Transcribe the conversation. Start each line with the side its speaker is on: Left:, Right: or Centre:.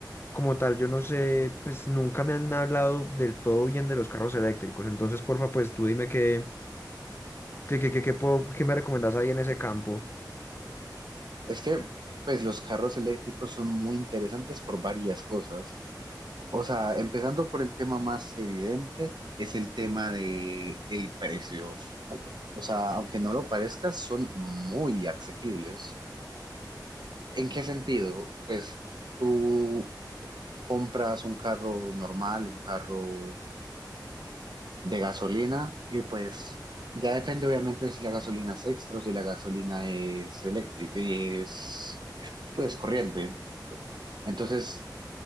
Left: como tal, yo no sé, pues nunca me han hablado del todo bien de los carros eléctricos. Entonces, porfa, pues tú dime qué, qué, qué, qué, qué puedo- qué me recomendás ahí en ese campo.
Right: Es que, pues, los carros eléctricos son muy interesantes por varias cosas. O sea, empezando por el tema más evidente, es el tema de el precio. O sea, aunque no lo parezca, son muy asequibles. ¿En qué sentido? Pues tú compras un carro normal, un carro de gasolina y pues ya depende obviamente de si la gasolina es extra o si la gasolina es eléctrica, es pues corriente. Entonces,